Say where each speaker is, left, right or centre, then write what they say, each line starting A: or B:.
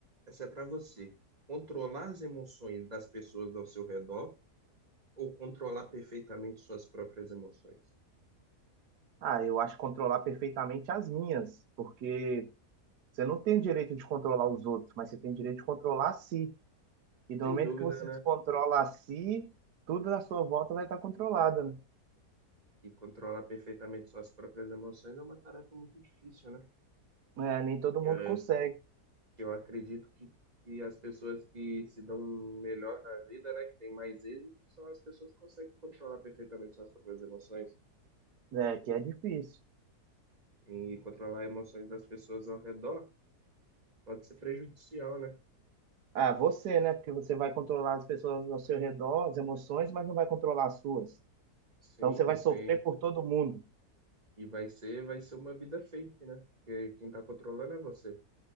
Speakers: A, on the right; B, on the right.
A: essa é para você. Controlar as emoções das pessoas ao seu redor ou controlar perfeitamente suas próprias emoções?
B: Ah, eu acho controlar perfeitamente as minhas, porque Você não tem direito de controlar os outros, mas você tem direito de controlar a si. E do
A: Sem
B: momento
A: dúvida,
B: que você
A: né?
B: controla a si, tudo na sua volta vai estar controlado,
A: E controlar perfeitamente suas próprias emoções é uma tarefa muito difícil, né?
B: né? É, nem todo
A: Eh,
B: mundo consegue,
A: que Eu acredito que, que as pessoas que se dão melhor na vida, né, que têm mais êxito, são as pessoas que conseguem controlar perfeitamente suas próprias emoções.
B: né? Que é difícil.
A: E controlar emoções das pessoas ao redor pode ser prejudicial, né?
B: Ah, você, né? Porque você vai controlar as pessoas ao seu redor, as emoções, mas não vai controlar as suas.
A: Sim,
B: Então você vai
A: e
B: sofrer
A: sim.
B: por todo mundo.
A: E vai ser, vai ser uma vida fake, né? Porque quem tá controlando é você,